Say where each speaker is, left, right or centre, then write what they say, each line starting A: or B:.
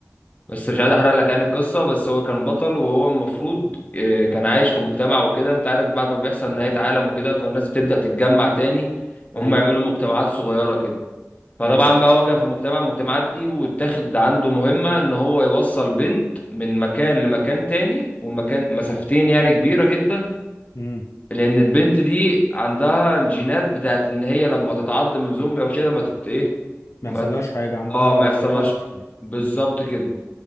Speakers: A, on the left (about 30°); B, on the left (about 75°).
A: بس مش عايز احرق لك يعني القصه بس هو كان بطل وهو المفروض آه، كان عايش في مجتمع وكده انت عارف بعد ما بيحصل نهايه عالم وكده فالناس بتبدا تتجمع تاني وهم
B: ايوه
A: يعملوا مجتمعات صغيره كده فطبعا
B: ايوه
A: بقى هو كان في مجتمع من المجتمعات دي واتاخد عنده مهمه ان هو يوصل بنت من مكان لمكان تاني والمكان مسافتين يعني كبيره جدا
B: امم
A: لان البنت دي عندها الجينات بتاعت ان هي لما تتعض من زومبي او كده ما تت ايه
B: ما
A: ما
B: يحصلهاش
A: ت-
B: حاجه عندها
A: اه ما يحصلهاش
B: زي مصل
A: بالظبط كده